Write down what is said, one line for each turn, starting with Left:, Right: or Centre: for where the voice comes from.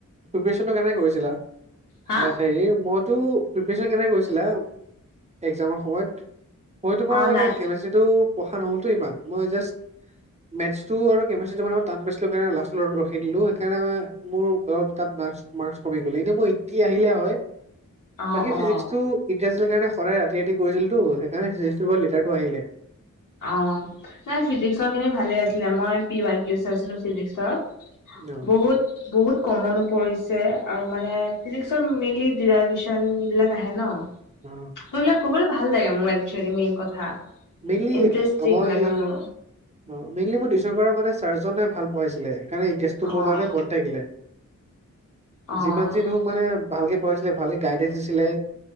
Right: প্ৰিপেৰেচনটো কেনেকে কৰিছিলা?
Left: হা
Right: হেৰি মইতো প্ৰিপৰেচন কেনেকে কৰিছিলা একজামৰ সময়ত? মই তোমাৰ
Left: অ
Right: মানে
Left: নাই
Right: কেমেষ্ট্ৰীটো পঢ়া নহলতো ইমান, মই জাষ্ট মেথ্চটো আৰু কেমেষ্ট্ৰীটো মানে মই টান পাইছিলোঁ কাৰণে লাষ্ট ৰখি দিলোঁ সেই কাৰণে মানে মোৰ অলপ তাত মাৰ্ক্স মাৰ্ক্স কমি গ'ল। এনেই মোৰ এই কি আহিলে হয়?
Left: অ
Right: বাকী ফিজিক্সটো
Left: অ
Right: ইণ্টাৰেষ্ট কাৰণে সদায় ৰাতি ৰাতি কৰিছিলো টো সেইকাৰনে ফিজিক্স বাও লেটাৰটো আহিলে।
Left: অ নাই ফিজিক্সৰ খিনি ভালে আছিলে মই পি আই কিউ চাইছিলো ফিজিক্সৰ।
Right: অ
Left: বহুত বহুত কমন পৰিছে, আৰু মানে ফিজিক্সৰ মেইনলি ডিৰাইভেশচন বিলাক আহে ন?
Right: অ।
Left: ত এইবিলাক ক'বলে ভাল লাগে মোৰ একছুৱেলী মেইন কথা
Right: মেইনলি
Left: ইণ্টাৰেষ্টিং
Right: মই
Left: লাগে মোৰ
Right: অ মেইনলি মোৰ টিউচন কৰা মানে চাৰজনে ভাল পঢ়াইছিলে। কাৰণে ইণ্টাৰেষ্টটো
Left: অ
Right: মোৰ মানে বনি থাকিলে,
Left: অ
Right: যিমান যি নহওঁক মানে ভালকে পঢ়াইছিলে, ভালকে গাইডেঞ্চ দিছিলে